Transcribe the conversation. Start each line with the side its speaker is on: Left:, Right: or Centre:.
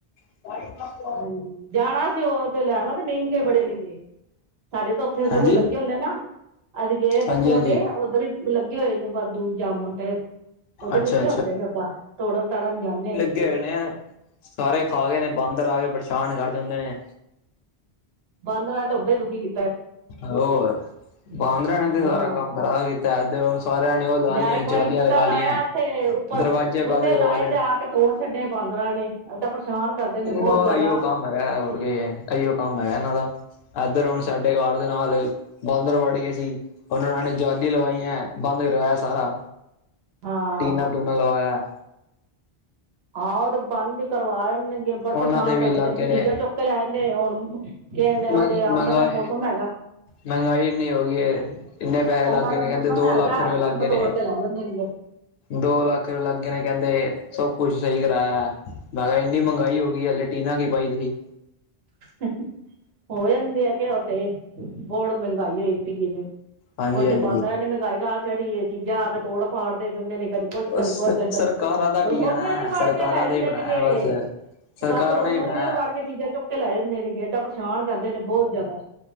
Left: ਸਹੀ ਗਲ ਏ।
Right: ਹਾਂਜੀ, ਜਾਣਾ ਸੀ ਉਹ ਤੇ ਲੈਣਾ ਵਸਤੇ, ਮਹਿੰਗੇ ਬੜੇ ਨਿਕਲੇ। ਸਾਡੇ ਤਾ ਉੱਥੇ ਸਗੋਂ
Left: ਹਾਂਜੀ
Right: ਲੱਗੇ ਹੁੰਦੇ ਆ ਨਾ, ਅਸੀਂ ਗਏ ਸੀ
Left: ਹਾਂਜੀ
Right: ਪੋਂਟੇ
Left: ਹਾਂਜੀ
Right: ਉੱਧਰ ਹੀ ਲੱਗੇ ਹੋਏ ਨੇ, ਵਾਦੂ ਜਾਮਣ 'ਤੇ। ਉਹਦੇ
Left: ਅੱਛਾ
Right: ਮਿੱਠੇ ਹੁੰਦੇ ਨੇ ਓਹਦਾਂ, ਤੋੜਨ-ਤਾੜਨ ਜਾਂਨੇ ਆਂ।
Left: ਕਿ ਹੈਗੇ ਨੇ, ਸਾਰੇ ਖਾ ਗਏ ਨੇ, ਬਾੰਦਰ ਆ ਗਏ, ਪਰੇਸ਼ਾਨ ਕਰ ਜਾਂਦੇ ਨੇ।
Right: ਬਾਂਦਰਾ ਤੇ ਉਹਦਾਂ ਈ, ਦੁਖੀ ਕੀ
Left: ਹੋਰ, ਬਾਂਦਰਾਂ ਨੇ ਤੇ
Right: ਹਾਂ
Left: ਸਾਰਾ ਕੰਮ ਖਰਾਬ ਕੀਤਾ, ਇਧਰ ਹੁਣ ਸਾਰਿਆਂ ਨੇ ਉਹ ਲਾ
Right: ਮੈਂ
Left: ਲਈਆਂ
Right: ਇੱਕ ਵਾਰੀ
Left: ਜਾਲੀਆਂ
Right: ਬੂਟਾ
Left: ਲਗਾ ਲਈਆਂ
Right: ਲਾਇਆ, ਤੇ ਉੱਪਰ
Left: ਦਰਵਾਜ਼ੇ ਬੰਦ
Right: ਬੂਟੇ
Left: ਕਰਵਾ
Right: ਲਾਏ ਤੇ ਆਕੇ ਤੋੜ ਛੱਡੇ ਬਾਂਦਰਾਂ ਨੇ। ਏਦਾਂ ਪਰੇਸ਼ਾਨ ਕਰਦੇ ਨੇ ਬਹੁਤ
Left: ਹਾਂ,
Right: ਜ਼ਿਆਦਾ।
Left: ਏਈਓ ਕੰਮ ਹੈਗਾ, ਹੋਰ ਕੀਏ, ਇਈਓ ਕੰਮ ਹੈਗਾ, ਇਹਨਾਂ ਦਾ। ਇੱਧਰ ਹੁਣ ਸਾਡੇ ਘਰ ਦੇ ਨਾਲ, ਬਾਂਦਰ ਵੜ ਗਏ ਸੀ। ਉਹਨਾਂ ਨੇ ਜਾਲੀ ਲਵਾਈਆਂ ਬੰਦ ਕਰਵਾਇਆ ਸਾਰਾ,
Right: ਹਾਂ
Left: ਟੀਨਾਂ-ਟੂਨਾਂ ਲਵਾਇਆ।
Right: ਹਾਂ, ਉਹ ਤੇ ਬੰਦ ਹੀ ਕਰਵਾ ਲੈਣਗੇ, ਜੇ ਬੜੇ
Left: ਉਹਨਾਂ
Right: ਪਰੇਸ਼ਾਨ
Left: ਦੇ ਵੀ
Right: ਕਰਦੇ,
Left: ਇਲਾਕੇ
Right: ਕਦੇ ਚੀਜ਼ਾਂ
Left: ਨੇ
Right: ਚੁੱਕਕੇ ਲੈ ਜਾਂਦੇ ਹੁਣ ਕਿਹਣੇੇ,
Left: ਮ
Right: ਓਹਦੇ ਅੰਬ
Left: ਮਹਿੰਗਾਈ
Right: ਦਾ ਮੋਸਮ ਹੈਗਾ।
Left: ਮਹਿੰਗਾਈ ਇੰਨੀ ਹੋ ਗਈ ਏ, ਇੰਨੇ ਪੈਹੇ ਲੱਗਗੇ
Right: ਅੰਬਾਂ ਦਾ
Left: ਨੇ,
Right: ਮੌਸਮ
Left: ਕਹਿੰਦੇ ਦੋ-ਲੱਖ
Right: ਹੈਗਾ
Left: ਰੁਪਏ ਲੱਗਗੇ
Right: ਅੰਬ
Left: ਨੇ।
Right: ਤੋੜ ਕੇ ਲੈ ਜਾਂਦੇ ਨੇਗੇ
Left: ਦੋ-ਲੱਖ ਰੁਪਏ ਲੱਗਗੇ ਨੇ ਕਹਿੰਦੇ, ਸਭ ਕੁਛ ਸਹੀ ਕਰਾਇਆ। ''ਮੈਂ ਕਿਹਾ ਇੰਨੀ ਮਹਿੰਗਾਈ ਹੋ ਗਈ, ਹਲੇ ਟੀਨਾ ਕੀ ਪਾਈ ਤੁਹੀ।
Right: ਹੰ ਹ ਹੋ ਯਾਂਦੇ ਆ, ਕਿ ਓਤੇ ਬੋੜ ਮਹਿੰਗਾਈ ਹੋਈ ਪਈਏ ਨੇ।
Left: ਹਾਂਜੀ
Right: ਕੁਛ
Left: ਹਾਂਜੀ
Right: ਬਾਂਦਰਾਂ ਨੇ ਮਹਿੰਗਾਈ ਕਰਾ ਛੜੀ ਏ, ਚੀਜ਼ਾਂ ਆਕੇ ਤੋੜ-ਫਾੜ ਦੇ ਦਿੰਦੇ ਨੇ ਕਦੀ ਕੁੱਝ,
Left: ਉਹ
Right: ਕਦੀ
Left: ਸ
Right: ਕੁਝ,
Left: ਸਰਕਾਰਾਂ ਦਾ ਕੀ
Right: ਰਸੋਈਆਂ'ਚ
Left: ਕਹਿਣਾ
Right: ਵੜਕੇ
Left: ਸਰਕਾਰਾਂ
Right: ਲੈ ਜਾਂਦੇਨ
Left: ਦਾ ਹੀ ਬਣਾਇਆ
Right: ਗੇ।
Left: ਬਸ ਸਰਕਾਰਾਂ
Right: ਬਸ ਰਸੋਈਆਂ'ਚ
Left: ਨੇ ਹੀ ਬਣਾਇਆ
Right: ਵੜਕੇ ਚੀਜ਼ਾਂ ਚੁੱਕਕੇ ਲੈ ਜਾਂਦੇ ਨ ਗੇ, ਇਹਡਾ ਪਰੇਸ਼ਾਨ ਕਰਦੇ ਨੇ, ਬਹੁਤ ਜ਼ਿਆਦਾ।